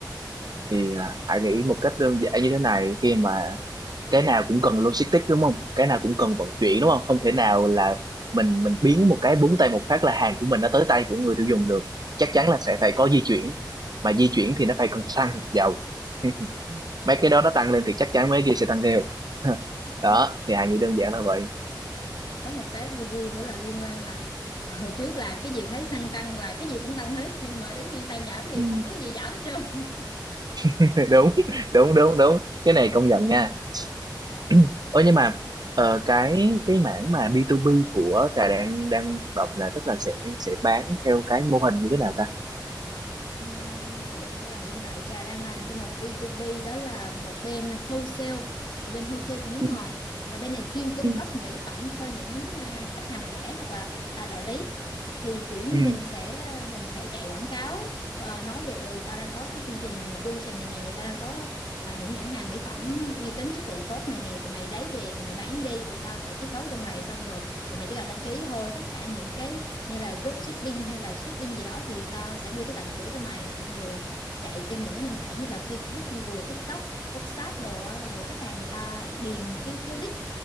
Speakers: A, on the right; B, on the left.
A: thì à, hãy nghĩ một cách đơn giản như thế này khi mà cái nào cũng cần logistics đúng không cái nào cũng cần vận chuyển đúng không không thể nào là mình mình biến một cái búng tay một phát là hàng của mình nó tới tay của người tiêu dùng được chắc chắn là sẽ phải có di chuyển mà di chuyển thì nó phải cần xăng dầu <laughs> mấy cái đó nó tăng lên thì chắc chắn mấy cái kia sẽ tăng theo <laughs>
B: Ừ.
A: đó thì hãy nghĩ đơn giản là vậy
B: có một cái vui vui nữa là liên quan là hồi trước làm cái gì thấy xăng tăng là cái gì cũng tăng hết nhưng mà đến khi xăng giảm thì
A: ừ.
B: không có cái gì giảm hết trơn
A: <laughs> đúng đúng đúng đúng cái này công nhận nha <clears throat> Ơ nhưng mà ờ, cái cái mảng mà B2B của Trà đang đang hoạt động là tức là sẽ sẽ bán theo cái mô hình như thế nào ta?
B: Ừm, ví dụ như là hiện tại Trà đang làm cho một B2B đó là một bên wholesale, một bên wholesale của nước
A: Ừ.
B: ngoài là bên này chuyên cung
A: Ừ.
B: cấp mỹ phẩm cho những à, khách hàng lẻ hoặc là khách à, đại lý thì kiểu như
A: ừ
B: mình sẽ à, mình sẽ chạy quảng cáo à, nói về ừ tao đang có cái chương trình promotion này nè, tao đang có à, những nhãn hàng mỹ phẩm uy tín chất lượng tốt này nè, tụi mày lấy về tụi mày bán đi rồi tao sẽ chiết khấu cho mày xong rồi tụi mày chỉ cần đăng ký thôi, tất cả những cái như là dropshipping hay là shipping gì đó thì tao sẽ đưa tới tận cửa cho mày xong rồi chạy trên những cái nền tảng như là Facebook, Google, TikTok, WhatsApp đồ á. rồi khách hàng người ta điền cái cái link